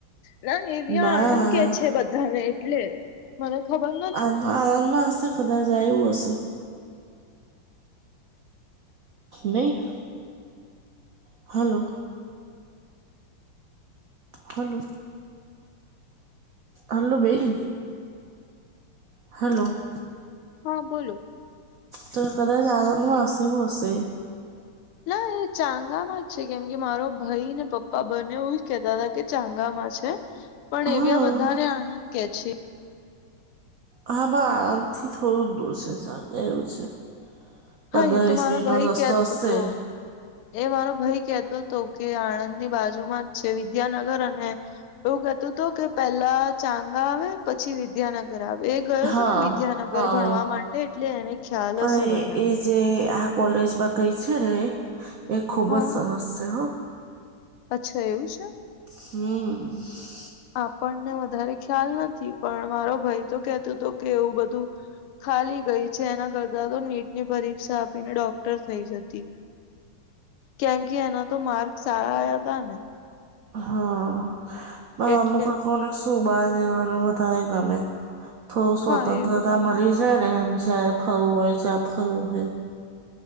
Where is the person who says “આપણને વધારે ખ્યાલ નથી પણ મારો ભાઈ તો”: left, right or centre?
Left